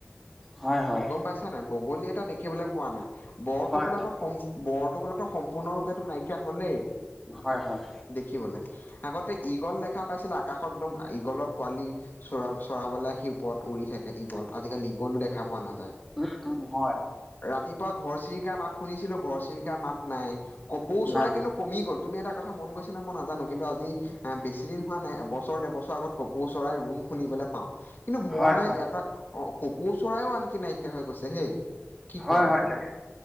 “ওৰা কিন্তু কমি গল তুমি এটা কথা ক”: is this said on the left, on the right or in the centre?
Left